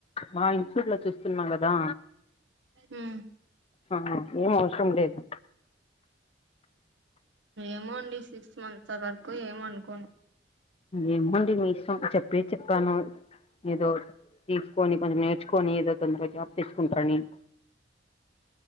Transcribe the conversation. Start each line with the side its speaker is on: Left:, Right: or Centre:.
Left: మా ఇన్స్టిట్యూట్ లో చూస్తున్నా కదా
Right: మ్
Left: మ్ ఏం అవసరం లేదు
Right: ఏమో అండి సిక్స్ మంత్స్ వరకు ఏం అనుకోను.
Left: ఏమోండి మీ ఇష్టం చెప్పేది చెప్పాను. ఏదో తీసుకొని, కొంచెం నేర్చుకొని ఏదో తొందరగా జాబ్ తెచ్చుకుంటారు అని <inaudible>